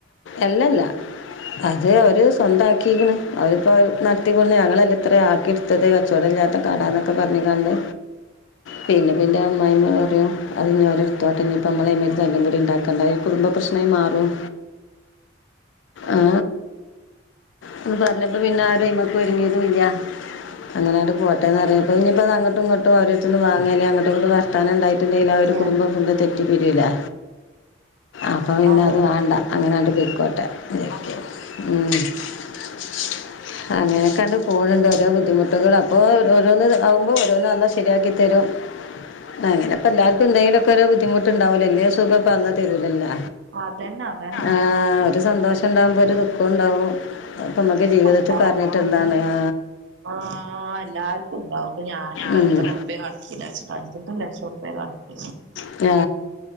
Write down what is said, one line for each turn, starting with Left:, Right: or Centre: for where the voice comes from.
Left: അല്ലല്ല അത് ഓര് സ്വന്താകിക്ക്ണ് അവരിപ്പോ നടത്തിക്കൊ ഞങ്ങളല്ല ഇത്ര ആക്കിയത് ഇപ്പൊ തീരെ കച്ചോടല്ലത്തെ കടാന്നൊക്കെ പറഞ്ഞുകാണ്ട് പിന്നെ പിന്നെ അമ്മായിമ്മ പറയ അത് ഓൽ ഇട്ത്തോട്ടെ ഇനിപ്പോ അതിന് ഞമ്മൾ അയന് തല്ലുംപിടി ഇണ്ടാക്കണ്ട കുടുംബപ്രശ്നമായി മാറും ആ ഇപ്പൊ പറഞ്ഞപ്പ പിന്നെ ആരുഅയ്മ്മക്ക് ഒരുങ്ങിയതുല്ല അങ്ങനെയങ്ങട്ട് പോട്ടേന്ന്റയപ്പോ ഇനിപ്പത് അങ്ങട്ടും ഇങ്ങോട്ടും ഓരോര്ത്ത്ന്ന് വാങ്ങേല്ലി അങ്ങട്ടും ഇങ്ങോട്ടും വാർത്തനണ്ടായി ന്തേലും ആ ഒരു കുടുംബം
Right: എന്താ
Left: ഒന്ന് തെറ്റിപ്പിരീലെ അപ്പൊപിന്നെ
Right: പെണ്ണെ
Left: അതുവാണ്ട അങ്ങനെങ്ങട്ട് പൊയ്ക്കോട്ടേ <unintelligible> മ്മ് <inaudible> അങ്ങനൊക്കാണ്ട് പോണുണ്ട് ഓരോ ബുദ്ധിമുട്ടുകൾ അപ്പൊ ഓരോന്ന് ആവുമ്പോ ഓരോന്ന് അള്ളാ ശരിയാക്കി തരും അങ്ങനെപ്പൊ എല്ലാർക്കും എന്തെങ്കിലുംക്കെ ഒരു ബുദ്ധിമുട്ടുണ്ടാവൂലെ എല്ല്യ സുഖക്കോ അള്ള തരൂല്ലല്ലോ
Right: അതന്നെ അതന്നെ
Left: ആഹ് ഒരു സന്തോഷം ഉണ്ടാവുമ്പോ ഒരു ദുഃഖം ഉണ്ടാവും അപ്പൊ നമ്മക്ക് ജീവിതത്തി
Right: ഒക്കെണ്ടാവും
Left: പറഞ്ഞിട്ടുള്ളാണ്
Right: അതന്നെ
Left: ആ
Right: ആഹ് എല്ലാർക്കും ഉണ്ടാവുംപ്പൊ ഞാനിപ്പ
Left: ഉം.
Right: എത്രറുർപ്പി കടത്തില അഞ്ചട്ട് ലക്ഷം ഉർപ്പി കടത്തില <inaudible>
Left: ആ